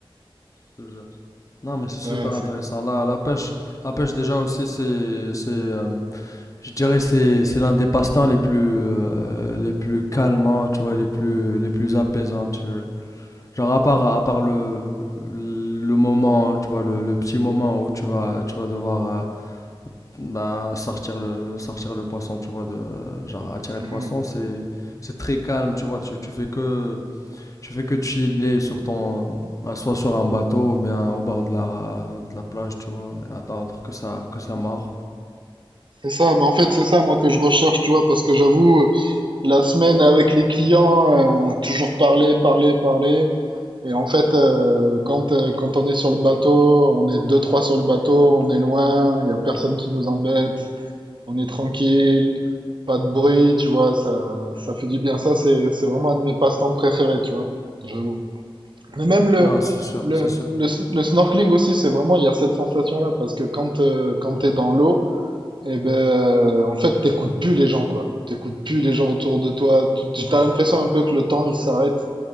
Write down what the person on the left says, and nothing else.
je te jure. Non, mais c'est super
intéressant.
La, la pêche, la pêche déjà aussi, c'est, c'est, euh, je dirais, c'est, c'est l'un des passe-temps les plus, euh, les plus calmants, tu vois, les plus, les plus apaisants. Tu vois. Genre à part, à part le, le moment, tu vois, le, le petit moment où tu vas, tu vas devoir euh, bah, sortir le, sortir le poisson, tu vois, de, genre attirer
le poisson, c'est, c'est très calme, tu vois. Tu, tu fais que tu fais que chiller sur ton, bah, soit sur un bateau ou bien au bord de la, de la plage, tu vois, et attendre que ça, que ça marre.
Non, c'est sûr,
c'est
sûr.